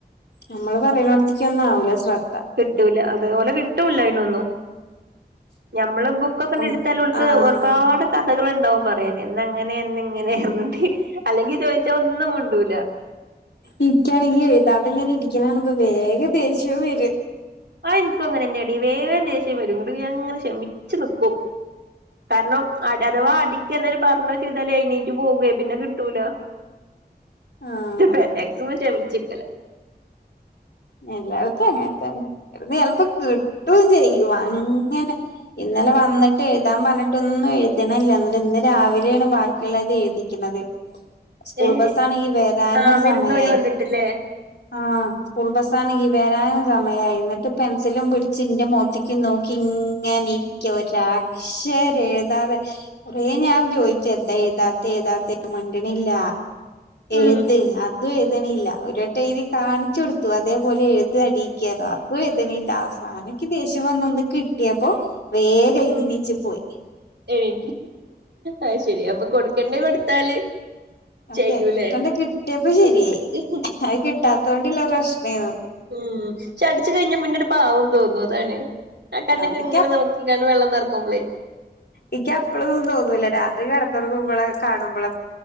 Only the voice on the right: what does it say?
കിട്ടൂല അതേപോലെ കിട്ടൂല അയ്നൊന്നു ഞമ്മള് ബുക്കൊക്കെണ്ട
എടുത്താൽ ഓൾക്ക്
ഒരുപാട് കഥകളുണ്ടാവും പറയാന് അങ്ങനെയെന്ന് ഇങ്ങനെയാർന്ന്ടി അല്ലെങ്കി ചോയിച്ചാ ഒന്നും മിണ്ടൂല
ആഹ് നിക്കും അങ്ങനെ തന്നെയടി വേഗം ദേശ്യം വരുംങ്ങടി ഞാൻ ഇങ്ങനെ ക്ഷമിച്ച്നിക്കും കാരണം അടി അഥവാ അടി കെന്തേലും പറഞ്ഞോ ചെയ്താലേ എണീറ്റ് പോകേ പിന്നെ കിട്ടൂല
<unintelligible> ക്ഷമിച്ചിക്കല്ല
ഏ
ആഹ് വിരുന്നോയി
വന്നിട്ടില്ലേ
ഉം
ആഹ്
എണി അയ്ശ- ശരി അപ്പൊ കൊടുക്കെണ്ടെ കൊടുത്താല്
ചെയ്യൂലേ
കുട്ടിക്ക്
ഉം ചടിച്ചു കഴിഞ്ഞ പിന്നട് പാവം തോന്നു അതാണ് ആ കണ്ണൊക്കെ
ഇങ്ങനെ നോക്കിക്കാണ്ട് വെള്ളം നെറക്കുമ്പളേ